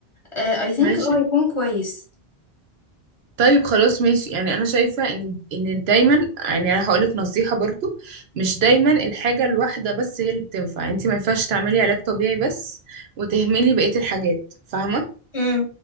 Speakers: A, on the left (about 30°); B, on the right (about 80°).
A: آه، I think
B: ماشي
A: اه هيكون كويس
B: طيب خلاص ماشي يعني انا شايفة ان ان دايما يعني انا هقولك نصيحة برضو مش دايما الحاجة الواحدة بس هي اللي بتنفع انت ما ينفعش تعملي علاج طبيعي بس وتهملي بقية الحاجات فاهمة
A: امم